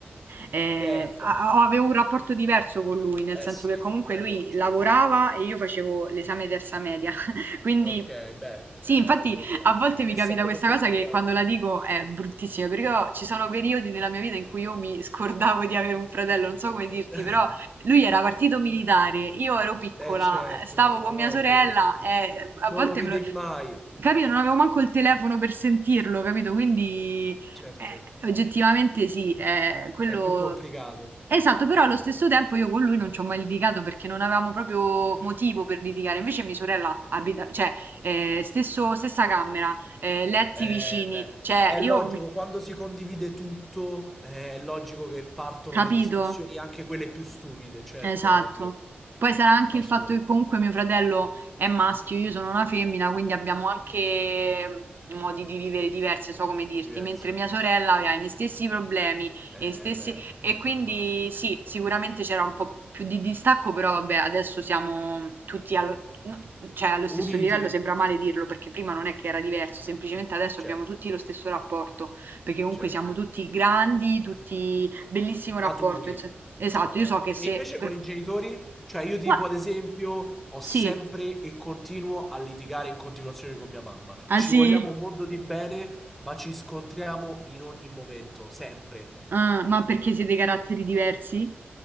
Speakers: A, on the right (about 50°); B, in the centre.
A: eh,
B: certo.
A: a-
B: Eh
A: a- avevo un rapporto diverso con lui, nel
B: Eh
A: senso
B: sì,
A: che comunque
B: beh,
A: lui
B: è logico.
A: lavorava e io facevo l'esame terza media, <laughs> quindi
B: Ok, beh,
A: sì,
B: eh,
A: infatti
B: l'orologio.
A: a volte mi
B: Essendo
A: capita questa
B: molto
A: cosa
B: più
A: che
B: grande.
A: quando la dico è bruttissima, perché io- ci sono periodi della mia vita in cui io mi scordavo di avere un fratello, non so come dirti,
B: <laughs>
A: però lui era partito militare, io ero piccola,
B: Eh certo,
A: eh, stavo
B: è
A: con
B: logico.
A: mia sorella e eh, a
B: Non
A: volte
B: lo vedevi
A: me lo...
B: mai. Eh,
A: Capito? Non avevo manco il telefono per sentirlo, capito? Quindi
B: certo,
A: eh, oggettivamente sì, eh, quello...
B: è più complicato.
A: Esatto, però allo stesso tempo io con lui non ci ho mai litigato perché non avevamo proprio motivo per litigare. Invece mia sorella abita, cioè, eh, stesso- stessa camera, eh, letti
B: Eh,
A: vicini,
B: beh,
A: cioè,
B: è
A: io...
B: logico,
A: mi-
B: quando si condivide tutto, eh, è logico che partono
A: Capito?
B: le discussioni, anche quelle più stupide, certo,
A: Esatto.
B: ovvio.
A: Poi sarà anche
B: Assolutamente,
A: il fatto che comunque mio fratello è maschio, io sono una femmina, quindi abbiamo anche mm, modi di vivere diversi, so come dirti,
B: diverso.
A: mentre mia sorella aveva i miei stessi problemi
B: Eh,
A: e, i stessi...
B: beh,
A: e
B: è
A: quindi
B: normale.
A: sì, sicuramente c'era un po' più di distacco, però vabbè, adesso siamo tutti allo... no, cioè, allo stesso
B: Uniti,
A: livello, sembra male dirlo, perché prima non è che era diverso, semplicemente adesso
B: certo,
A: abbiamo tutti lo stesso rapporto, perché comunque
B: certo.
A: siamo tutti grandi, tutti bellissimo
B: maturi.
A: rapporto. nel senso Esatto,
B: Eh,
A: io so che se...
B: e invece
A: per-
B: con i genitori, cioè io tipo
A: Gua-
B: ad esempio ho sempre
A: Sì,
B: e continuo a litigare in continuazione con mia mamma.
A: ah
B: Ci
A: sì,
B: vogliamo un mondo di bene, ma ci scontriamo in ogni momento, sempre.
A: Ah, ma perché siete caratteri diversi?